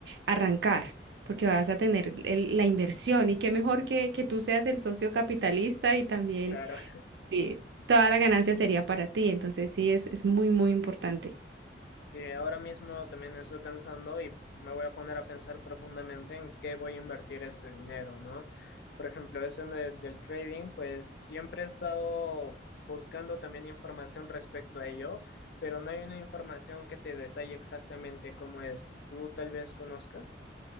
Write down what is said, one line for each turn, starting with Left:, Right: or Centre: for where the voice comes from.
Right: arrancar. porque vas
Left: Mm,
Right: a tener el- la inversión y qué mejor que, que tú seas el socio capitalista y también
Left: Claro.
Right: Sí, toda la ganancia sería para ti, entonces sí, es, es muy, muy importante.
Left: Sí, ahora mismo también estoy pensando y me voy a poner a pensar profundamente en qué voy a invertir este dinero, ¿no? Por ejemplo, eso de- del trading, pues siempre he estado buscando también información respecto a ello, pero no hay una información que te detalle exactamente cómo es. ¿Tú tal vez conozcas?